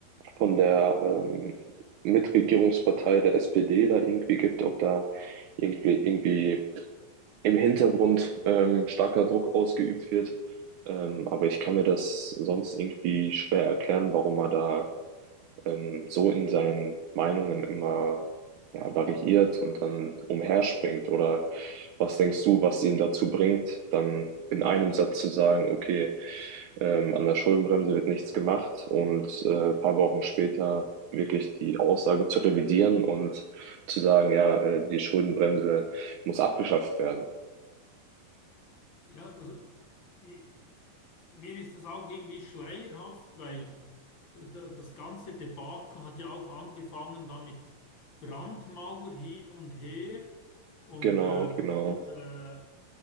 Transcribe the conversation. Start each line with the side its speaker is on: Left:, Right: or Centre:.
Right: von der ähm, Mitregierungspartei der SPD da irgendwie gibt, ob da irgendwie, irgendwie im Hintergrund ähm, starker Druck ausgeübt wird. Ähm, aber ich kann mir das sonst irgendwie schwer erklären, warum er da ähm, so in seinen Meinungen immer ja, variiert und dann umherspringt? Oder was denkst du, was ihn dazu bringt, dann in einem Satz zu sagen, okay, ähm, an der Schuldenbremse wird nichts gemacht und äh, ein paar Wochen später wirklich die Aussage zu revidieren und zu sagen, ja, äh, die Schuldenbremse muss abgeschafft werden.
Left: Ja, also i- mir ist das auch irgendwie schleierhaft, weil äh, da- das ganze Debakel hat ja auch angefangen damit Brandmauer hin und her und
Right: Genau,
Left: äh, äh,
Right: genau.
Left: wa-